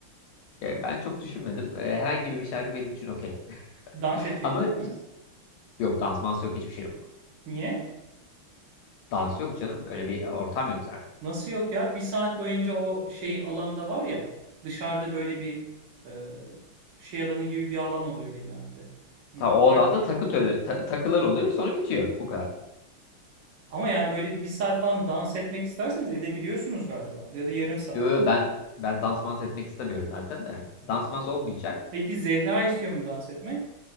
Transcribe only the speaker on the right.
Dans edecek
misiniz?
Niye?
Nasıl yok ya? Bir saat boyunca o şey alanda var ya dışarıda böyle bir e, şey alanı gibi bir alan oluyor genelde. Hı,
Parti.
Ama yani böyle bir saat falan dans etmek isterseniz edebiliyorsunuz galiba. Ya da yarım saat.
Peki Zehra istiyor mu dans etmek?